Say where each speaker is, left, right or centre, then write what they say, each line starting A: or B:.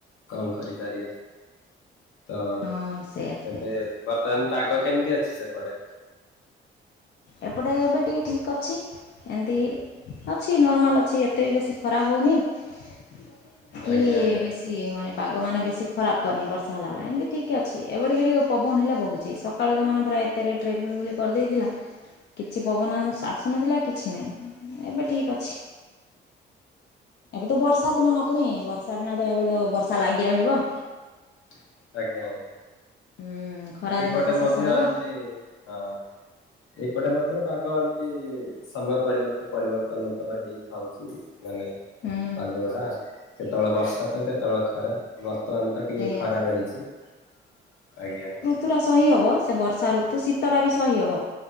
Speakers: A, on the left; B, on the left.
A: କଣ କରିପାରିବା। ତ
B: ହଁ ସେଇଆ ସେଇଆ।
A: ଏବେ ବର୍ତ୍ତମାନ ପାଗ କେମିତି ଅଛି ସେପଟେ?
B: ଏପଟେ ଏବେ ଟିକେ ଠିକ ଅଛି ଏମତି ଅଛି ନର୍ମାଲ ଅଛି ଏତେ ବି ବେଶୀ ଖରା ହଉନି କି
A: ଆଜ୍ଞା ଆଜ୍ଞା
B: ବେଶୀ କିଏ ହଉନି ପାଗ ମାନ ବେଶି ଖରାପ କରିନି ବର୍ଷା ହେଲାଭଳିଆ ଏମିତି ଠିକ ଟିକେ ଅଛି ଏବେ ଟିକେ ଟିକେ ପବନ ହେଲେ ବହୁଛି ସକାଳୁ ତ ମାନେ ଏତେ ରେଟରେ ଗୁଳିଗୁଳି କରିଦେଇଥିଲା। କିଛି ପବନ ଆସୁନଥିଲା କିଛି ନାହିଁ ଏବେ ଠିକ୍ ଅଛି। ଏବେ ତ ବର୍ଷା ଦିନ ପୁଣି ବର୍ଷା ଦିନ ତ ଏବେ ବର୍ଷା ଲାଗି ରହିବ।
A: <inaudible> ଆଜ୍ଞା ଆଜ୍ଞା।
B: ହୁଁ ଖରା
A: ଏପଟେ
B: ଦିନ ତ ଶେଷ
A: ମଧ୍ୟ
B: ହେଲା
A: ଏମିତି ହଁ ଏଇପଟେ ମଧ୍ୟ ପାଗ ଏମିତି ସମୟ ପରିବର୍ତ୍ତ ପରିବର୍ତନ ତ ହେଇଥାଉଛି। ମାନେ
B: ହୁଁ
A: ପାଗ ଟା କେତେବେଳେ ବର୍ଷା ତ କେତେବେଳେ ଖରା। ବର୍ତ୍ତମାନ ତ ଟିକେ
B: ସେଇଆ।
A: ଖରା ରହିଛି ଆଜ୍ଞା ଆଜ୍ଞା।
B: ପୁରା ସହି ହବ। ବର୍ଷା ଋତୁ ଶୀତ ଟା ବି ସହି ହବ।